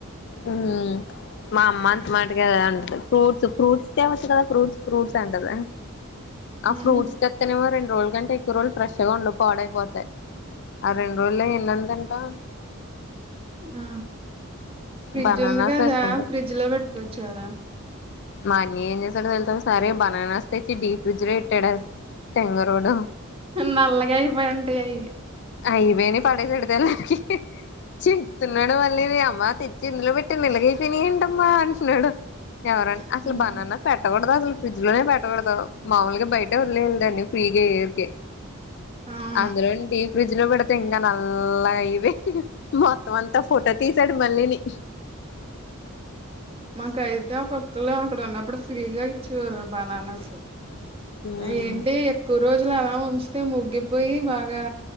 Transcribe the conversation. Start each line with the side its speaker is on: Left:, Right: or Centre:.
Left: ఉ మా అమ్మ అంత మాటుగాద ఉంటదు ఫ్రూట్స్ ఫ్రూట్స్ తెవచ్చుకదా కదా ఫ్రూట్ ఫ్రూట్స్ ఆ అంటన ఏ
Right: ఆహా!
Left: ఫ్రూట్స్ తేత్తేనేమో రోల్లు కంటే ఎక్కువ రోలు ఫ్రెష్గా ఉండవ్ పావడైపోతాయి ఆ రెండు రోజల్లో ఎన్నందుంటా
Right: ఆ ఫ్రిడ్జ్
Left: బనానాస్
Right: ఉంది కదా
Left: ఎక్కువుండవు
Right: ఫ్రిడ్జ్ లో పెట్టుకోవచ్చు కదా
Left: మన్న ఏం చేసాడు తెలుసా సరే బనానా తెచ్చి డీప్ ఫ్రిడ్జ్ లో పెట్టాడు తెంగరోడు
Right: నల్లగ అయిపోయిడి అయ
Left: అయవేని పడేసెడుతేలాకి స్తున్నాడు మళ్ళీ అమ్మ తెచ్చి ఇందులో పెట్టి నిలగైపోయినాయి ఏంటమ్మా అంటున్నాడు ఎవరం అసలు
Right: హ్మ్.
Left: బనన్న పెట్టకూడదు అసలు ఫ్రిడ్జ్ లోనే పెట్టకూడదుా మాముూలుగా బయట వదిలేదాన్ని ఫ్రీగా వరికే
Right: అవును.
Left: అందు రెండి ఫ్రీజ్ పెడితే ఇంకా నల్ల అయి మొత్తం అంతా ఫోటో తీసాడు మళ్ళీని
Right: <unintelligible> మాకయితే ఒక్కళ అక్కడ ఉన్నప్పుడు ఫ్రీగా ఇచ్చేవరు బనానాస్
Left: ఉమ్
Right: అ ఏంటి ఎక్కువ రోజులు అలా ఉంచితే ముగ్గిపోయి బాగా